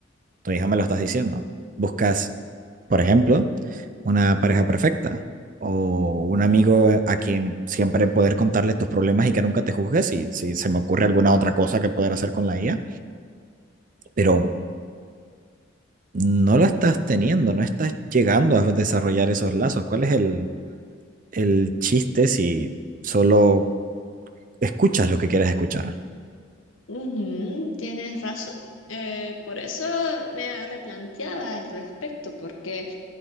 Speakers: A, on the right (about 40°); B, on the left (about 85°).
A: tu hija me lo estás diciendo, buscas, por ejemplo, una pareja perfecta o un amigo a quien siempre poder contarle tus problemas y que nunca te juzgue si, si se me ocurre alguna otra cosa que poder hacer con la IA, pero no lo estás teniendo, no estás llegando a desarrollar esos lazos. ¿Cuál es el, el chiste si solo escuchas lo que quieres escuchar?
B: Ujú, tienes razón. Eh, por eso me replanteaba al respecto, porque